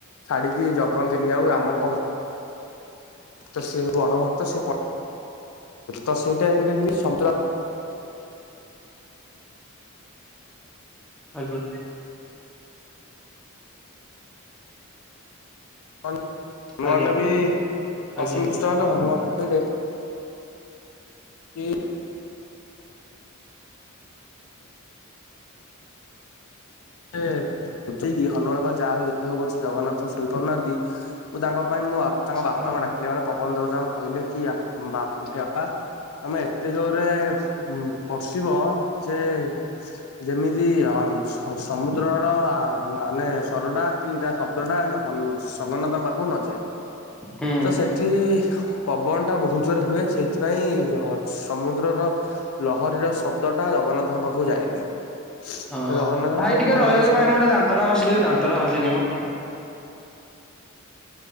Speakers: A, on the left (about 75°); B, in the centre.
A: ଛାଡିକି ଜଗନ୍ତିନି ଆଉ ରାମଙ୍କ ତ ସିଏ ବଡ ଭକ୍ତ ସେ ତ ସେଇଟା ଏମିତି ସନ୍ତୁଳ
B: ଆଜ୍ଞା।
A: ହନୁମାନ
B: ଆଜ୍ଞା
A: ବି
B: ଆଜ୍ଞା
A: ଅସନ୍ତୁଷ୍ଟ ଚ ହେଲେ ହନୁମାନ କହିଲେ କି ବୁଝେଇକି ହନୁମାନଙ୍କ ଯାହା ହଉ ଯେତେ ହଉ ବ ଜଗନ୍ନାଥ ଶୋଇ ପାରୁନାହାନ୍ତି। ମୁଁ ତାଙ୍କ ପାଇଁ ମୁଁ ତାଙ୍କ ବାପାଙ୍କୁ
B: ହଁ
A: ଡାକିଲେ ମାନେ ପବନ ଦେବତାଙ୍କୁ କହିଲେ କି ହେ ବାପା ତମେ ଏତେ ଜୋରରେ ପର୍ସିବ ଯେ ଯେମିତି ସମୁଦ୍ରର ମାନେ ସରଟା କି ତା ଶବ୍ଦଟା ଶବନ ତମ ପାଖକୁ ନଯାଏ
B: ହୁଁ
A: ତ ସେଠି ପବନ ଟା ବହୁତ ଜୋରେ ହୁଏ ସେଇଥିପାଇଁ ସମୁଦ୍ରର ଲହରୀର ଶବ୍ଦ ଟା ଜଗନ୍ନାଥଙ୍କ ପାଖକୁ ଯାଏନି
B: ହଁ
A: ତ ଜଗନ୍ନାଥ
B: ଭାଇ
A: ସେଠୁ
B: ଟିକେ
A: ଭଲରେ
B: ରହିବେ କି
A: ଶୋଇଲେ
B: ଭାଇ ମୁଁ ଦାନ୍ତଟା ଘସିଦେବ ଦାନ୍ତର ଘସିନି ମ।